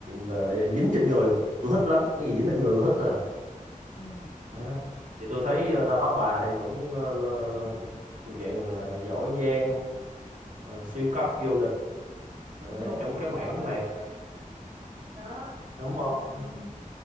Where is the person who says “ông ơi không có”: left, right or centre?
Right